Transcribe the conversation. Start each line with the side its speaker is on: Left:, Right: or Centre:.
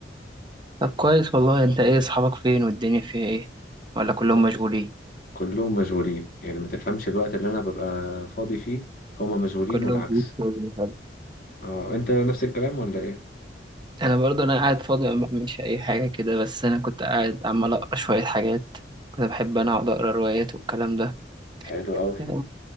Right: طب كويس والله انت ايه اصحابك فين والدنيا فيها ايه ولا كلهم
Left: اه
Right: مشغولين
Left: كلهم مشغولين يعني ما تفهمش الوقت اللي انا ببقى فاضي فيه هما مشغولين
Right: كلهم
Left: والعكس
Right: في شغل وحاجة.
Left: اه انت نفس الكلام ولا ايه
Right: انا برضه انا قاعد فاضي ما بعملش اي حاجه كده بس انا كنت قاعد عمال اقرا شويه حاجات كنت بحب انا اقعد اقرا روايات والكلام ده
Left: حلو قوي
Right: يعني